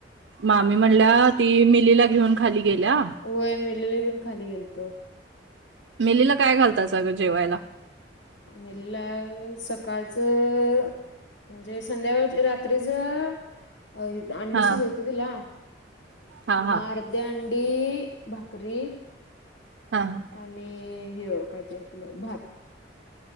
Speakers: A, on the right; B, on the left.
A: मामी म्हणल्या ती मिलीला घेऊन खाली गेल्या.
B: होय मिलीला घेऊन खाली गेलतो.
A: मिेलीला काय घालतास गं जेवायला?
B: मिलीला सकाळचं म्हणजे संध्याकाळच रात्रीच अ अंडी
A: हा
B: शिजवते तिला.
A: हा हा
B: म अर्ध्या अंडी भाकरी
A: हा हा.
B: आणि ह. काय ते आपलं भात.